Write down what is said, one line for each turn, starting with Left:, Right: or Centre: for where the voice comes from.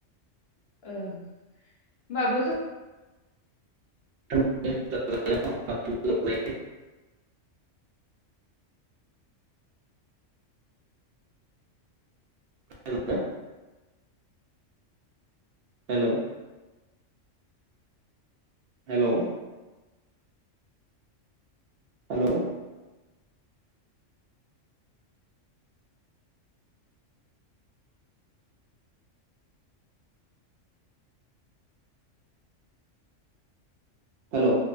Left: ओं होनोमबाबो जों
Right: <unintelligible> <unintelligible> हेल'। हेल'। हेल'। हेल'।